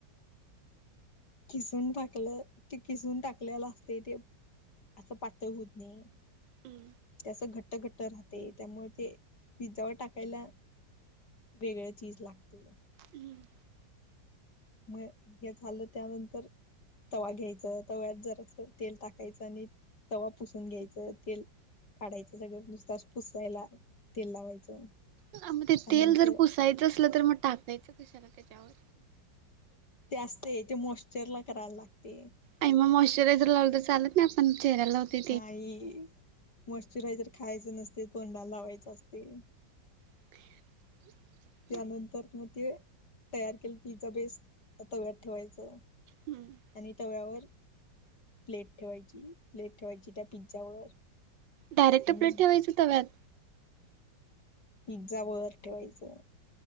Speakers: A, on the left; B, on the right.
A: किसून टाकल, ते किसून टाकल्याल असतय ते असं, पातळ होत नाही
B: हम्म
A: ते असं, घट्ट -घट्ट राहतय, त्यामुळं ते पिझ्झावर टाकायला वेगळ चीज लागतया
B: हम्म
A: मग, हे झालं, त्यानंतर तवा घ्यायचं, तव्यात जरासं तेल टाकायचं आणि तवा पुसून घ्यायचं, तेल काढायचं सगळं, नुसतास पुसायला, तेल लावायचं.
B: हा, म
A: त्यानंतर
B: ते तेल जर पुसायचं असलं, तर मग टाकायचं कशाला त्याच्यावर?
A: ते असतंय, ते मॉशचरला कराय लागते
B: आणि म मॉइस्चरायझर लावलं तर चालत नाही, आपण चेहऱ्याला लावते ते
A: आई मॉश्चरायझर खायचं नसते, तोंडाला लावायच असते.
B: <inaudible>
A: त्यानंतर म ते, तयार केलं पिझ्झा बेस, तव्यात ठेवायचं.
B: हम्म
A: आणि, तव्यावर प्लेट ठेवायची, प्लेट ठेवायची त्या पिझ्झावर
B: डायरेक्ट
A: आणि
B: प्लेट ठेवायची तव्यात?
A: पिझ्झावर ठेवायचं